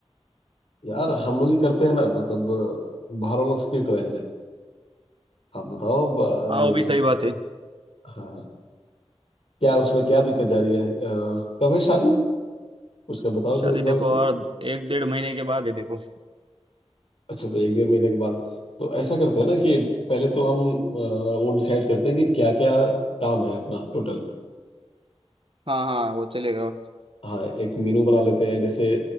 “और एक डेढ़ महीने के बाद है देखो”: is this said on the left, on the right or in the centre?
Right